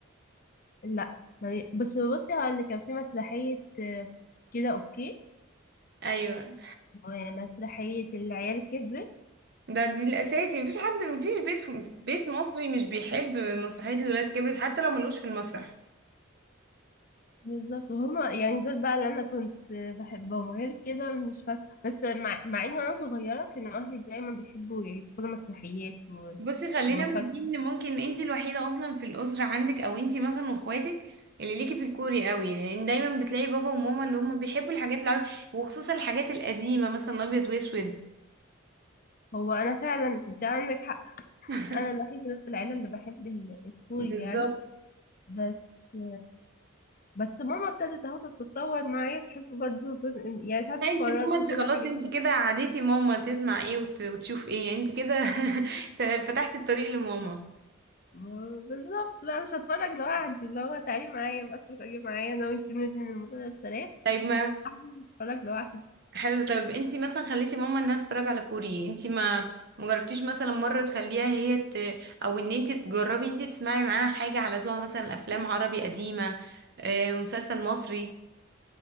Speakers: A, on the left; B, on the right.
A: لا ما- بس بصي هقول لك كان في مسرحية آه، كده اوكي
B: ايوه
A: ومسرحية العيال كبرت
B: ده دي الاساسي مفيش حد مفيش بيت بيت مصري مش بيحب مسرحيه الولاد كبرت حتى لو ملوش في المسرح
A: بالظبط وهما يعني دول بقى اللي انا كنت بحبهم غير كده مش فاكره بس مع, مع اني وانا صغيره كانوا اهلي دايما بيحبوا يدخلوا مسرحيات و...
B: بصي خلينا
A: وفاكره
B: متفقين ان ممكن انت الوحيده اصلا في الاسره عندك او انت مثلا واخواتك اللي ليكي في الكوري قوي لان دايما بتلاقي بابا وماما اللي هم بيحبوا الحاجات العربي وخصوصا الحاجات القديمه مثلا الابيض واسود
A: هو انا فعلا انت عندك حق
B: <laughs>
A: انا الوحيده اللي في العيله اللي بحب ال- الكوري
B: بالظبط
A: يعني بس بس ماما ابتدت اهو تتطور معايا تحب برضه جزء يعني ساعات
B: لا
A: بفرجها
B: انت ماما انت
A: كده
B: خلاص
A: على حاجات
B: انت
A: ما
B: كده عادتي ماما تسمع ايه وت- وتشوف ايه يعني انت كده <laughs> فتحتي الطريق لماما
A: ما- بالظبط بقى مش هتفرج لوحدي اللي هو تعالي معايا بقى اتفرجي معايا انا وانت ندمن المسلسلات
B: طيب ما
A: هتفرج لوحدي
B: حلو طب انتي مثلا خليتي ماما انها تتفرج على كوري انتي ما مجربتيش مثلا مرة تخليها هي ت... او ان انتي تجربي انتي تسمعي معاها حاجة على ذوقها مثلا افلام عربي قديمة آه، مسلسل مصري